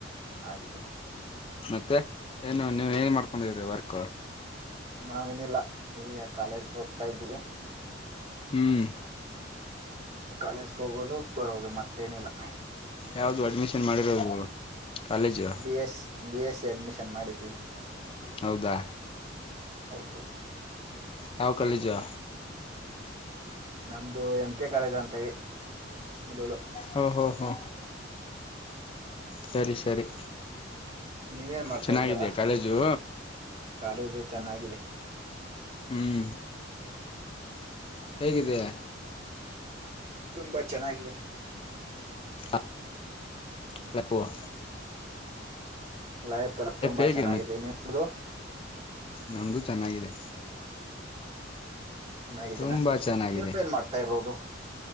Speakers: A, on the right; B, on the left.
A: ಆಗಿದೆ.
B: ಮತ್ತೆ ಏನು ನೀವು ಏನ್ ಮಾಡ್ಕೊಂಡಿದ್ದೀರಿ ವರ್ಕ್
A: ನಾವ ನಿಲ್ಲ ಈಗ ಕಾಲೇಜಗೆ ಹೋಗ್ತಾ ಇದ್ದೀವಿ
B: ಹ್ಮ್
A: ಕಾಲೇಜ್ಗೆ ಹೋಗೋದು ಬರೋದು ಮತ್ತೇನಿಲ್ಲಾ
B: ಯಾವ್ದ ಅಡ್ಮಿಷನ್ ಮಾಡಿರೋದು college
A: B S B S C admission ಮಾಡಿದ್ವಿ
B: ಹೌದಾ
A: ಹೌದು
B: ಯಾವ ಕಾಲೇಜು
A: ನಮ್ದು ಎಂ ಕೆ ಕಾಲೇಜ್ ಅಂತ ಹೇಳಿ ಮುದೋಳ
B: ಹೋ ಹೋ ಸರಿ ಸರಿ
A: ನೀವ್ ಏನ್ ಮಾಡ್ತಾ
B: ಚೆನ್ನಾಗಿದೆಯಾ
A: ಇದ್ದೀರಾ
B: ಕಾಲೇಜು
A: ಕಾಲೇಜ ಚೆನ್ನಾಗಿದೆ
B: ಹ್ಮ್ ಹೇಗಿದೆ
A: ತುಂಬಾ ಚೆನ್ನಾಗಿದೆ
B: ಹ ಅಲ್ಲಪ್ಪುವ <inaudible>
A: ಲೈಫ್ ಎಲ್ಲ ತುಂಬಾ
B: ಹೇಗಿದೆ
A: ಚೆನ್ನಾಗಿದೆ
B: ಮಚ್ಚ
A: ನಿಮ್ದು
B: ನಮ್ದು ಚೆನ್ನಾಗಿದೆ
A: ಚೆನ್ನಾಗಿದ್ದೀನಾ
B: ತುಂಬಾ ಚೆನ್ನಾಗಿದೆ
A: ನೀವು ಏನ್ ಮಾಡ್ತಾ ಇರೋದು